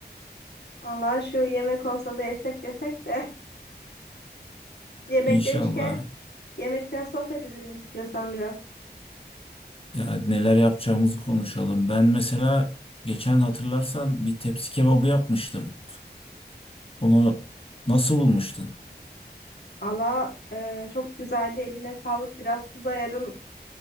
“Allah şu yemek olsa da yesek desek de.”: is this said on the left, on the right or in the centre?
Left